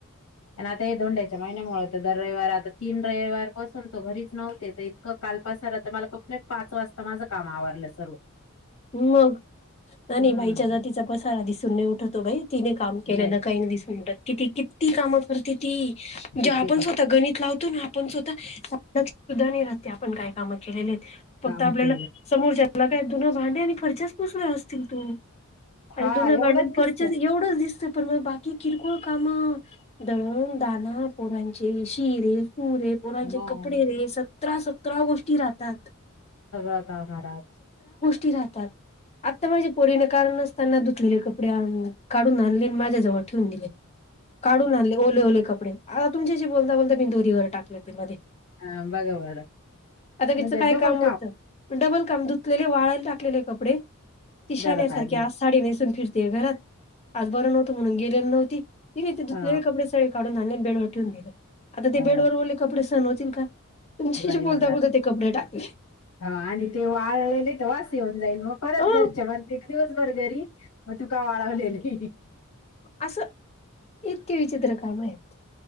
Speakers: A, on the left (about 85°); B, on the left (about 30°).
A: आणि आता हे धोंड्याच्या महिन्यामुळे तर दर रविवार आता तीन रविवार पासून त घरीच नव्हते, ते क काल पसारा तर मला कंप्लीट पाच वाजता माझं काम आवरलं सर्व.
B: मग. नाही-नाही
A: हम्म.
B: बाईच्या जातीचा पसारा दिसून नाही उठतो बाई. तिने काम केलेल
A: नाही
B: दिसून येत. किती-किती कामं करते ती.
A: किती
B: जे आपण
A: का
B: स्वतः गणित लावतो ना आपण स्वता. लक्षात सुद्धा रहात नाही आपण काय काम केलेली. फक्त
A: काम
B: आपल्याला
A: केलं
B: समोरच्याला काय धुण भांडी आणि फरशी पुसले असतील तू अरे
A: हा
B: धुण
A: एवढंच
B: भांडी आणि फरशीच
A: दिसत
B: एवढंच दिसत. पण मग बाकी किरकोळ काम. दळूण. दाने. पोरांचे शिरे. तू रे. पोरांचे
A: मग
B: कपडे रे. सतरा-सतरा गोष्टी राहतात.
A: <inaudible> काय महाराज.
B: ती राहतात. आत्ता माझ्या परीने कारण नसताना त्यांना धुतलेले कपडे आणून काढून आणले आणि माझ्याजवळ ठेवून दिले. काढून आणले ओले-ओले कपडे आता तुमच्याशी बोलता बोलता मी दोरी वर टाकले ते मध्ये.
A: हा बघा बरं
B: आता
A: म्हणजे
B: तिच काय
A: डबल
B: काम होतं. डबल काम धुतलेले वाळयला टाक - लेले कपडे ती शहाण्यासारख
A: घरात आणले.
B: आज साडी नेसून फिरते घरातं. आज बरं नव्हत म्हणून गेलेली नव्हती, तिने धुतलेले
A: हो
B: कपडे सगळी काढून आणून बेडवर ठेवून दिले. आता ते
A: हो
B: बेडवर ओले कपडे सहण होतील का. तुमच्याशी
A: नाही
B: बोलता
A: होणार.
B: बोलता ते कपडे टाकले.
A: हा आणि ते वाळलेले तर वास येऊन. जाईल मग परत
B: अ
A: घरचे म एक दिवसभर घरी मग तू काम लावलेली.
B: असं इतके विचित्र काम आहेत.